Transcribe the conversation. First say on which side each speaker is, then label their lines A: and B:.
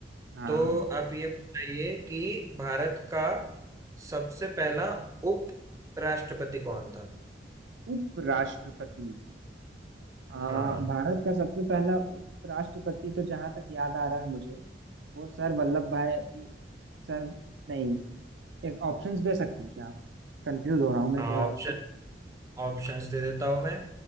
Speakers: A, on the right (about 80°); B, on the right (about 20°).
A: हाँ
B: तो आप ये बताइए कि भारत का सबसे पहला उप राष्ट्रपति कौन था
A: उपराष्ट्रपति आ,
B: हाँ
A: भारत का सबसे पहला उपराष्ट्रपति तो जहां तक याद आ रहा है मुझे वो सर वल्लभ भाई सर नहीं एक ऑप्शंस दे सकते हैं क्या आप कंफ्यूज हो रहा हूँ मैं
B: हाँ
A: थोड़ा
B: ऑप्शन
A: सा
B: ऑप्शंस दे देता हूं मैं